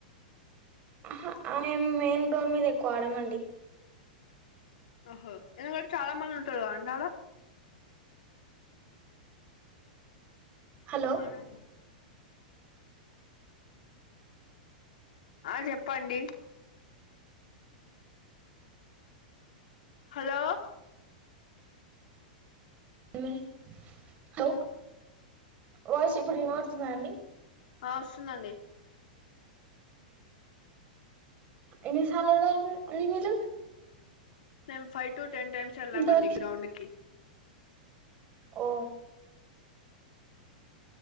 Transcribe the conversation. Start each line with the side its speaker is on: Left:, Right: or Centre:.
Right: ఆహా మేము మెయిన్ రోడ్ మీద ఎక్కువ ఆడమండి
Left: ఓహో ఎందుకంటే కూడా చాలా మంది ఉంటారు గదండి ఆడ
Right: హలో
Left: మనం ఆ చెప్పండి హలో
Right: ఇమ్మే హలో వాయిస్ ఇప్పుడు వినడుతుందా అండి
Left: ఆ వస్తుందండి
Right: ఇన్నిసార్ల ఎల్లారు అండి మీరు
Left: మేం ఫైవ్ టు టెన్ టైమ్స్ వెళ్లామండి
Right: ఇంతవరకు
Left: గ్రౌండ్ కి
Right: ఓ